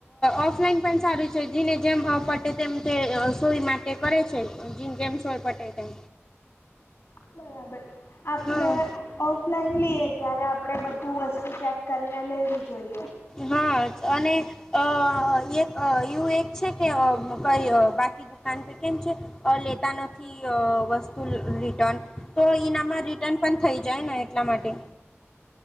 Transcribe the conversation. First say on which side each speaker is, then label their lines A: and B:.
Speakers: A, on the left; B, on the left.
A: ઓફલાઈન પણ સારું છે જેને જેમ પટે તેમ તે સોઈ માટે કરે છે. જીન જેમ સોયપાતે તેમ
B: બરાબર આપણે
A: હા
B: ઓફલાઈન લઈએ ત્યારે આપણે બધું વસ્તુ ચેક કરીને લેવી જોઈએ.
A: હા જ અને આ એક આ એવું એક છે કે આ કઈ બાકી દુકાન પે કેમ છે આ લેતા નથી. થી આ વસ્તુ રિટન તો એનામાં રિટર્ન પણ થઈ જાય ને એટલા માટે.